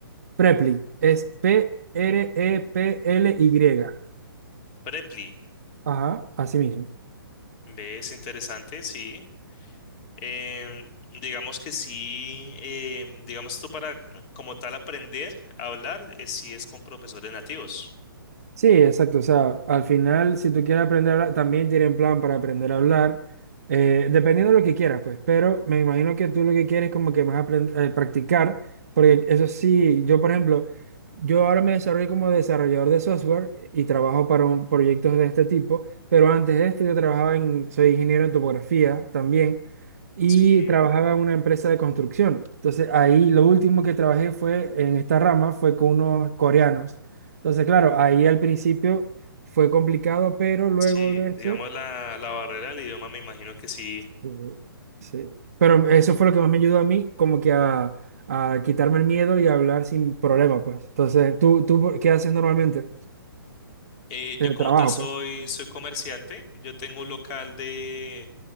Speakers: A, on the right (about 40°); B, on the left (about 15°).
A: Preply, es P-R-E-P-L-Y.
B: Preply,
A: Ajá, así mismo.
B: ¿Ves? Interesante, sí. Em, digamos que sí, em, digamos tú para como tal aprender a hablar, eh, sí es con profesores nativos.
A: Sí, exacto. O sea, al final, si tú quieres aprender a hablar, también tienen plan para aprender a hablar, eh, dependiendo de lo que quieras, pues. Pero me imagino que tú lo que quieres es como que más aprend- eh, practicar, porque eso sí, yo, por ejemplo, yo ahora me desarrollo como desarrollador de software y trabajo para un, proyectos de este tipo, pero antes de esto yo trabajaba en, soy ingeniero en topografía también y
B: Sí.
A: trabajaba en una empresa de construcción. Entonces, ahí lo último que trabajé fue en esta rama, fue con unos coreanos. Entonces, claro, ahí al principio fue complicado, pero luego
B: Sí,
A: de eso,
B: digamos la, la barrera del idioma me imagino que sí,
A: uh, sí. Pero eso fue lo que más me ayudó a mí, como que a, a quitarme el miedo y a hablar sin problema, pues. Entonces, ¿tú, tú qué haces normalmente?
B: Eh,
A: En
B: yo como
A: el trabajo,
B: tal soy,
A: pues.
B: soy comerciante. Yo tengo un local de